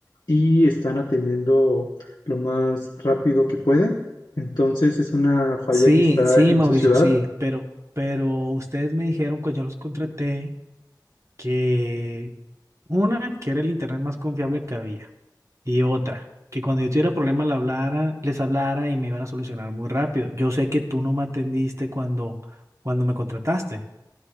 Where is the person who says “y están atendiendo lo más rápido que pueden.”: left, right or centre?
Left